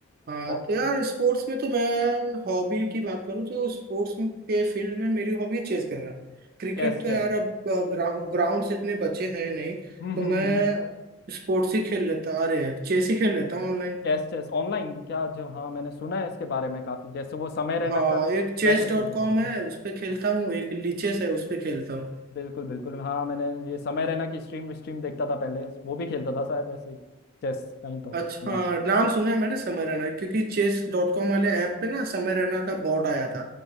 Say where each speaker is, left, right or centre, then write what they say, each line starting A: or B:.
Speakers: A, on the right (about 45°); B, on the left (about 50°).
A: हाँ
B: और
A: तो यार स्पोर्ट्स में तो मैं हॉबी की बात करूँ तो स्पोर्ट्स में के फील्ड में मेरी हॉबी चेस करना क्रिकेट
B: चेस
A: तो
B: चेस
A: यार अब ग्रा, ग्राउंड से इतने बच्चे हैं नहीं
B: हम्म
A: तो
B: हम्म
A: मैं
B: हम्म
A: स्पोर्ट्स ही खेल लेता अरे चेस ही खेल लेता हूँ ऑनलाइन
B: चेस चेस ऑनलाइन क्या जो हाँ मैंने सुना है इसके बारे में काफी जैसे वो समय रहना
A: हाँ
B: का
A: एक चेस
B: वैसे खेलता
A: डॉट कॉम
B: था
A: है
B: वो।
A: उस पर खेलता
B: हाँ।
A: हूँ एक लीचेस है उस पर खेलता हूँ
B: बिल्कुल बिल्कुल हाँ मैंने ये समय रहना की स्ट्रीम स्ट्रीम देखता था पहले वो भी खेलता था शायद ऐसे ही चेस कहीं तो
A: अच्छा
B: ऑनलाइन
A: हाँ, नाम सुना है मैंने समय रैना क्योंकि चेस डॉट कॉम वाले ऐप पे ना समय रैना का बॉट आया था